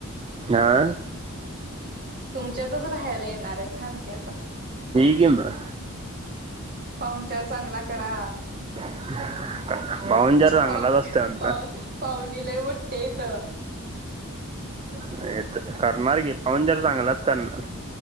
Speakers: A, on the right (about 25°); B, on the right (about 45°).
A: आा,
B: तुमच्यातच राहायला येणार, आह थांब की आता,
A: ये की मग,
B: पाहुणचार चांगला करा,
A: <unintelligible> पाहुणचार चांगलाच
B: पाह
A: असतोय आमचा
B: पाह पाहुणी लय मोठी आहेत.
A: तर करणार की पाहुणचार चांगलाच करणार.